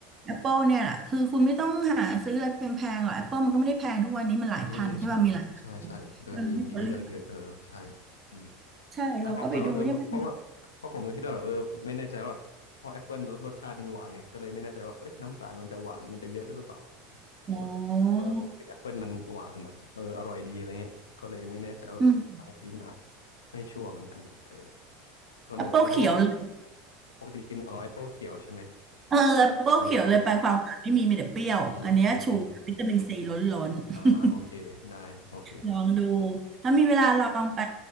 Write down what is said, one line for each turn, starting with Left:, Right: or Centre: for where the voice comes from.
Right: Apple เนี่ยแหละคือคุณไม่ต้องหาซื้ออะไรแพงๆหรอก Apple มันก็ไม่ได้แพงทุกวันนี้มันหลายพันใช่ป่ะมีหลาย
Left: อืมอืมใช่ใช่ใช่เออมีมีให้เลือกเยอะเออใช่
Right: เออไม่ต้องเลือก
Left: อืม
Right: ใช่เราก็ไปดูที่มันมี
Left: แต่พอผมแล้วว่าเออเพราะว่าเพราะผมก็คิดว่าแบบเออไม่แน่ใจว่าแบบเพราะแอปเปิลรสรสชาติมันหวานไงก็เลยไม่แน่ใจว่าเอ้ยน้ำตาลมันจะหวานมันจะเยอะหรือเปล่าเพราะแบบเออปกติแอปเปิลมันหวานแบบเอออร่อยดีอะไรเงี้ยก็เลยไม่แน่ใจว่าแบบบางทีมันอาจ
Right: อ๋ออืม
Left: ไม่ชัวร์เหมือนกันเออก็เลยบอกอ๋อ
Right: Apple เขียวเลย
Left: ปกติกินอ๋อแอปเปิลเขียวใช่ไหม
Right: เออ Apple
Left: อืม
Right: เขียวเลยไปความหวานไม่มีมีแต่เปรี้ยวอันเนี้ยชูวิตามินซีล้นๆ
Left: อืมอืมอืมอ่าโอเคได้โอเคครับ
Right: ลองดูถ้ามีเวลาลองไป